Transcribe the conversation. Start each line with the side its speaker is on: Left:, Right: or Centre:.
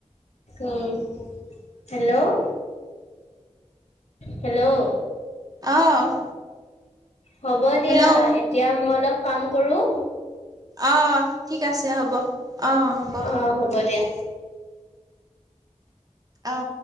Left: উম, হেল্ল', হেল্ল',
Right: অ',
Left: হ'ব দিয়া
Right: হেল্ল'
Left: এতিয়া মই অলপ কাম কৰোঁ।
Right: অ, ঠিক আছে হ'ব। অ হ'ব
Left: অ, হ'ব দিয়া।
Right: অ',